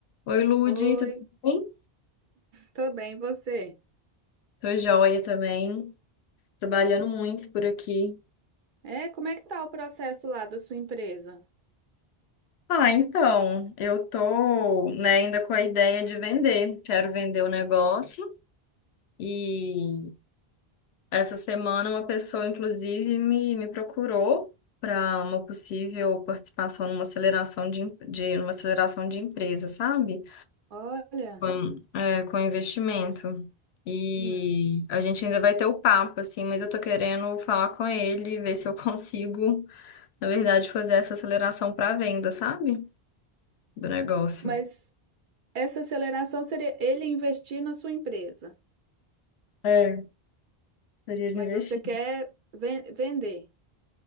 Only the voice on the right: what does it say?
Oi,
tô bem, e você?
É, como é que tá o processo lá da sua empresa?
Olha,
hum,
mas essa aceleração seria ele investir na sua empresa,
mas
você quer ven- vender.